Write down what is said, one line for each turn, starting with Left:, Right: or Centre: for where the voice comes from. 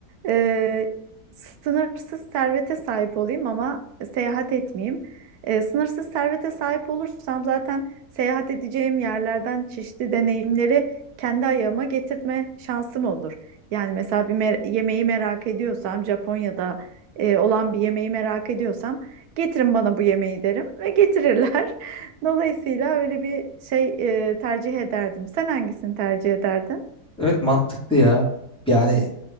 Right: e, sınırsız servete sahip olayım ama seyahat etmeyeyim. E, sınırsız servete sahip olursam zaten seyahat edeceğim yerlerden çeşitli deneyimleri kendi ayağıma getirme şansım olur. Yani mesela bir mer- yemeği merak ediyorsam Japonya'da e, olan bir yemeği merak ediyorsam getirin bana bu yemeği derim ve getirirler. <laughs> Dolayısıyla öyle bir şey e, tercih ederdim. Sen hangisini tercih ederdin?
Centre: Evet mantıklı ya. Yani